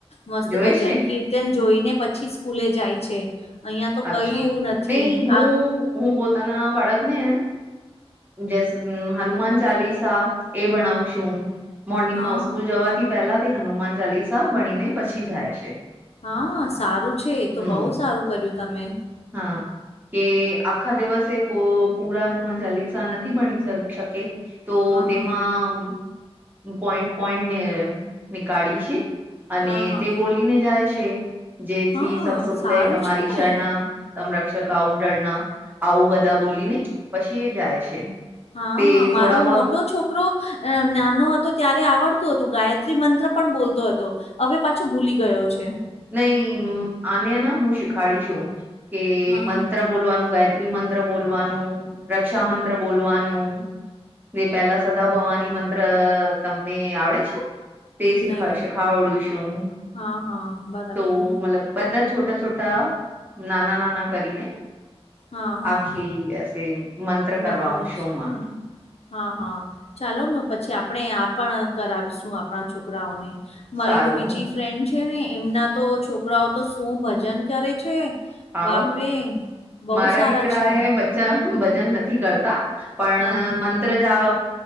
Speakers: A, on the left; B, on the right.
A: મસ્ત
B: જોય
A: ભજન
B: છે
A: કીર્તન જોઈને પછી સ્કૂલે જાય છે. અહિયાં તો
B: અચ્છા
A: કઈ એવું નથી
B: નઈ હું
A: આ
B: હું પોતાના બાળકનેને જસ હનુમાન ચાલીસા એ ભણાવ છુ. હું મોર્નિંગમાં
A: હા
B: સ્સ્કૂલ જવાથી પહેલા તે હનુમાન ચાલીસા બનીને પછી જાય છે.
A: હા સારું છે,
B: હમ
A: એ તો બહુ સારું કર્યું તમે
B: હા, કે આખા દિવસ એ તો પૂરા હનુમાન ચાલીસા નથી ભણી શકે તો
A: હા હા
B: તેમાં પોઈન્ટ પોઈન્ટને ની કાળી છે, અને
A: હા હા
B: તે બોલીને જાય છે, જેથી
A: હા
B: સપ શુક્લય
A: સારું
B: તમારી
A: છે ને
B: તમ રક્ષક આઉ ડરના આવું બધા બોલીને પછી એ જાય છે
A: હા,
B: તે
A: મારો
B: થોડા બહોત
A: મોટો છોકરો અ નાનો હતો ત્યારે આવડતું હતું ગાયત્રી મંત્ર પણ બોલતો હતો હવે પાછો ભૂલી ગયો છે,
B: નઈ આનેને હું શીખાડીશું કે
A: હા
B: મંત્ર બોલવાનું ગાય ત્રી મંત્ર બોલવાનું રક્ષા મંત્ર બોલવાનું જે પેલા સદા ભવાની મંત્ર તમને આવડે છે, તે શીખવાશે
A: નહી
B: ખાવડું છું
A: હા હા બરાબર
B: તો મતલબ બધા છોટા છોટા નાના નાના કરીને
A: હા હા
B: આખી એસે મંત્ર કરવા
A: બરાબર
B: શું
A: છે
B: માન
A: હા, હા ચાલો ને પછી આપણે આ પણ કરાવીશું આપણા છોકરાઓને મારી
B: સારું
A: તો બીજી ફ્રેન્ડ છે ને એમના તો છોકરાઓ તો શું ભજન કરે છે,
B: આવ
A: બાપરે બહુ
B: મારા
A: સારા
B: દીકરા
A: છે
B: એ ભજન નથી કરતા પણ
A: હા હા
B: મંત્ર જાપ